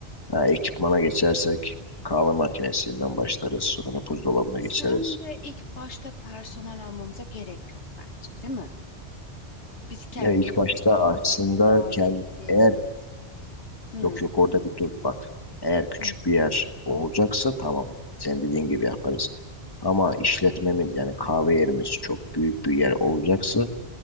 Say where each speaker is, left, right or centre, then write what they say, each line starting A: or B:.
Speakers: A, on the left; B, on the left.
A: Ha, ekipmana geçersek kahve makinesinden başlarız. Sonra buzdolabına
B: Sence
A: geçeriz.
B: ilk başta personel almamıza gerek yok bence, değil mi? Biz kendimiz
A: Ya ilk başta
B: bir
A: aslında
B: süre idare
A: kend-
B: ederiz.
A: eğer
B: Hı,
A: yok yok orada bir dur bak. Eğer küçük
B: hı.
A: bir yer olacaksa tamam. Sen dediğin gibi yaparız. Ama işletmemiz yani kahve yerimiz çok büyük bir yer olacaksa